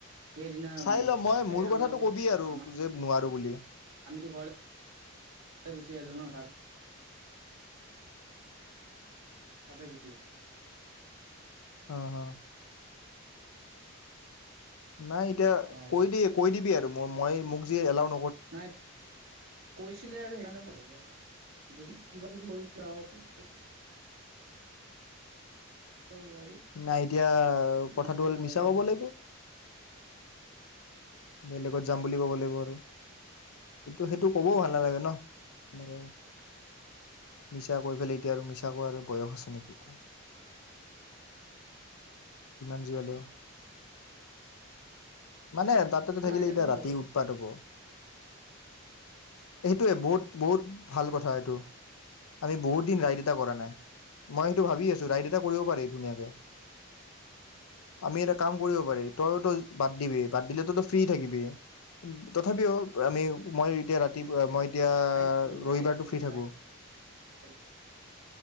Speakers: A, on the right; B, on the left.
A: সেইদিনা
B: চাই
A: গৈছে
B: ল মই
A: একেলগে
B: মোৰ
A: আমাৰ
B: কথাটো
A: লগত
B: কবি
A: ঘৰ
B: আৰু
A: আমাৰ
B: যে নোৱাৰো বুলি
A: আমিতো ঘৰলে গুচি আহিলো ন তাৰ <inaudible> তাতে গুচি
B: আহ হ নাই এতিয়া
A: গ'ল অ
B: কৈ দি কৈ দিবি আ মই মোক জি <unintelligible>
A: নাই, কৈছিলে আৰু সেইকাৰণে <unintelligible> যদি কিবা কিবি কৰি প ওলাবি
B: নাই এতিয়া কথাটো
A: নহ'লে
B: হল
A: নালাগে
B: মিছা কব
A: আৰু
B: লাগিব <inaudible> যাম বুলি কব লাগিব আৰু ত সেইটো কবও ভাল নালাগে ন? এনেকে মিছা কৈ ফালে এতিয়া আৰু মিছা কোৱা আৰু বয়স আছে নেকি এতিয়া যিমান যি হলেও, মানে তাতে থাকিলে
A: ৰাইড
B: এতিয়া
A: এটা
B: ৰাতি
A: কৰো ন
B: উৎপাত হব সেইটোৱে বহুত বহুত ভাল কথা এইটো, আমি বহুত দিন ৰাইড এটা কৰা নাই, মই সেইটো ভাবি আছো ৰাইড এটা কৰিব পাৰি ধুনীয়াকে আমি এটা কাম কৰিব পাৰি তইতো বাদ দিবি বাদ দিলেতো ফ্ৰী থাকিবি তথাপিও আমি মই এতিয়া ৰাতি মই এতিয়া
A: ৰাইড কৰো
B: ৰবিবাৰটো
A: ৰাইড কৰো
B: ফ্ৰী থাকোঁ।
A: ৰাইড